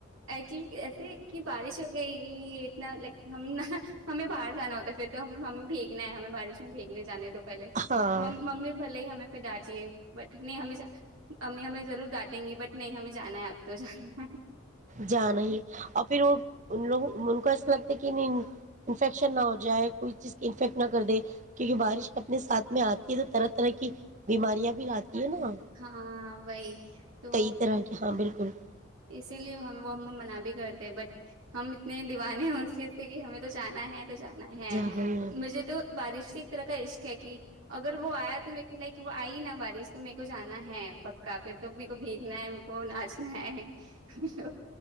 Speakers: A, on the right; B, on the right.
A: ایسے کہ بارش گئی یہ اتنا لائک ہم ن ہمیں باہر جانا ہوتا ہے پھر تو ہم نا ہے ہمیں بارش میں بھییکنے جانے تو پے
B: ہاں
A: ممی بول ہی ہم پ ڈانٹے بٹ نہیں ہمیں امی ہمیں ضرور ڈانٹیں گی بٹ نہیں ہمیں جانا ہے اب تو جانا ہے
B: ج نہیں اور پھر وہ ان لوگ ایسا لگتا ہے کہ انفیکشن نہ ہو جائے کوئی چیز انفیکٹ نہ کر دے کیونکہ بارش اپنے ساتھ میں آتی ہے تو طرح طرح کی بیماریاں بھی لاتی ہے نا
A: ہاں وہی تو
B: کئی طرح کے ہاں بالکل اسکل
A: اسی لیے ہم وہ ہمیں منا بھی کرتے ہیں بٹ ہم اتنے دیوانے ہیں اس چیز پ کہ ہمیں تو جانا ہے جانا ہے
B: جا رہی ہیں
A: مجھے تو بارش سے ایک طرح کا اس کہ کہ اگر وہ آیا تو میرے کو لائک وہ آئی نا بارش تو میرے کو جانا ہے پکا پھر تو میر کو بھیگنا ہے میرے کو ناچنا ہے جی